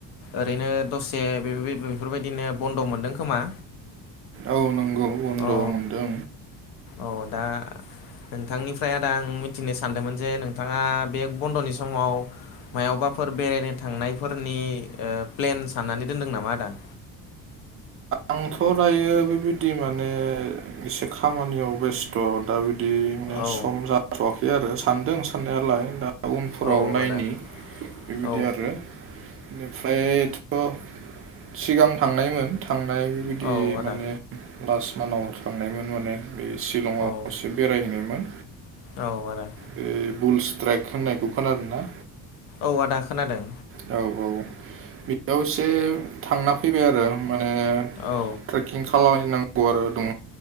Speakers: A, on the left; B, on the right.
A: ओरैनो दसे बेफो-बेफोरबायदिनो बन्द' मोनदों खोमा
B: औ नंगौ बन्द'
A: औ
B: मोनदों।
A: औ दा नोंथांनिफ्राय आदा आं मिथिनो सानदोंमोन जे नोंथाङा बे बन्द'नि समाव मायावबाफोर बेरायनो थांनायफोरनि ओ प्लेन साननानै दोनदों नामा आदा?
B: आंथ' दायो बेबायदि माने एसे खामानियाव बेस्ट थ' दा बिदि माने
A: औ
B: सम जाथ'वाखै आरो सानदों साननायालाय दा टाउनफोराव
A: औ
B: नायनि
A: आदा
B: बेबायदि
A: औ
B: आरो बेनिफ्राय त' सिगां थांनायमोन थांनाय बेबायदि
A: औ आदा
B: माने लास्ट मान्थाव थांनायमोन माने बे शिलंआव
A: औ
B: एसे बेरायहैनायमोन।
A: औ आदा
B: बे बुल स्ट्राइक होननायखौ खोनादों ना?
A: औ आदा खोनादों
B: औ औ बेयाव एसे थांना फैबाय आरो माने
A: औ
B: ट्रेकिं खालामहैनांगौ आरो दं